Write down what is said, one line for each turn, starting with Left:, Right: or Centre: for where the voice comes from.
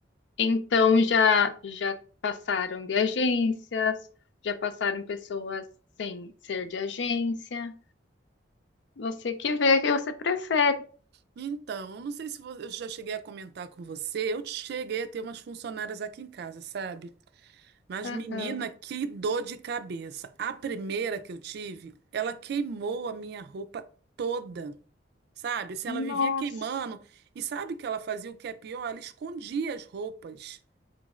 Left: Então já já passaram de agências, já passaram pessoas sem ser de agência. Você que vê o que você prefere.
Right: Então, eu não sei se vo- eu já cheguei a comentar com você, eu cheguei a ter umas funcionárias aqui em casa, sabe? Mas,
Left: Aham.
Right: menina, que dor de cabeça. A primeira que eu tive, ela queimou a minha roupa toda, sabe? Assim, ela vivia
Left: Nossa.
Right: queimando. E sabe que ela fazia o que é pior? Ela escondia as roupas.